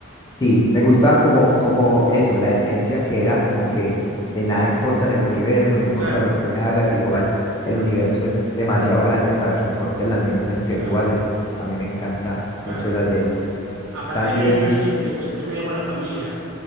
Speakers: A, on the left (about 20°); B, on the right (about 80°).
A: Sí, me gustaba como, como eso, la esencia que era como que de nada importa en el universo, no importa
B: Claro,
A: lo que hagas, igual el universo es demasiado grande para que importen las minucias que
B: claro,
A: tú haces. A mí me encanta
B: claro.
A: mucho esa serie.
B: Aparte
A: También,
B: de que hay universos infinitos, entonces me da igual la familia